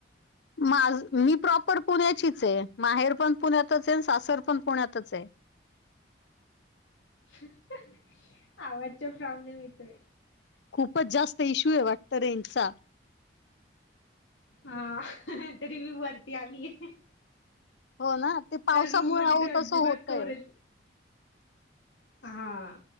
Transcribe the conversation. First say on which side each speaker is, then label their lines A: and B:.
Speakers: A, on the left; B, on the left.
A: माझं... मी प्रॉपर पुण्याचीच ए, माहेर पण पुण्यातच ए सासर पण पुण्यातच ए. <inaudible>
B: हं हं आवाजचं प्रॉब्लेम येतोय.
A: खूपचं जास्त इश्यू आहे वाटतं... रेंजचा
B: हा, तरी मी वरती आलीये.
A: हो ना, ते पावसामुळे...
B: रूम मध्ये
A: अहो
B: तर अजिबात
A: तसं होतंय.
B: कव्हरेज हा...